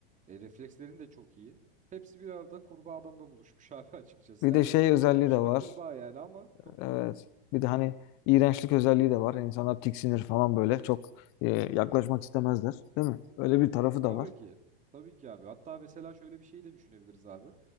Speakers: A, on the right; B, on the left.
A: E, reflekslerin de çok iyi. Hepsi bir arada kurbağa adamda buluşmuş abi <laughs> açıkçası.
B: Bir
A: Yani
B: de şey özelliği
A: sonuçta
B: de var.
A: kurbağa yani ama çok
B: Evet.
A: iyi.
B: Bir de hani iğrençlik özelliği de var. İnsanlar tiksinir falan böyle. Çok e, yaklaşmak istemezler. Değil mi? Öyle bir tarafı
A: E, tabii
B: da var.
A: ki. Tabii ki abi. Hatta mesela şöyle bir şey de düşünebiliriz abi.